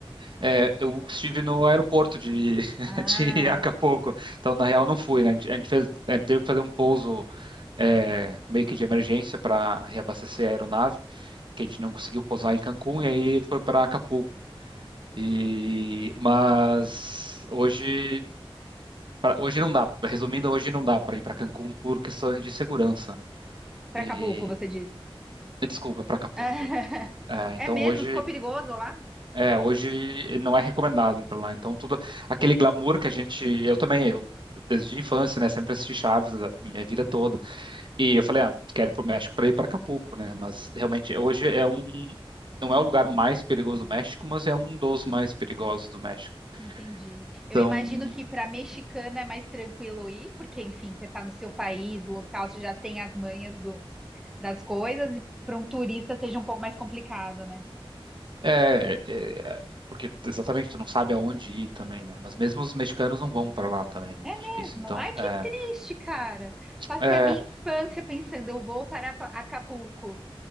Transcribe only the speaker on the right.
É, eu estive no aeroporto de, <laughs>
de Acapulco, então na real não fui, né? A gente a gente fez, a gente teve que fazer um pouso é, meio que de emergência para reabastecer a aeronave, que a gente não conseguiu pousar em Cancún e aí ele foi para Acapulco. E mas hoje pra- hoje não dá. Resumindo, hoje não dá para ir para Cancún por questões de segurança.
E
desculpa, para Acapulco.
É, então
hoje
É, hoje não é recomendado ir para lá. Então, tudo aquele glamour que a gente. Eu também, eu desde a infância, né? Sempre assisti Chaves a minha vida toda. E eu falei, ah, quero ir para o México para ir para Acapulco, né? Mas realmente, hoje é um. Não é o lugar mais perigoso do México, mas é um dos mais perigosos do México.
Então,
é. é- porque exatamente, tu não sabe aonde ir também, né? Mas mesmo os mexicanos não vão para lá também, é muito
difícil. Então,
é.
É,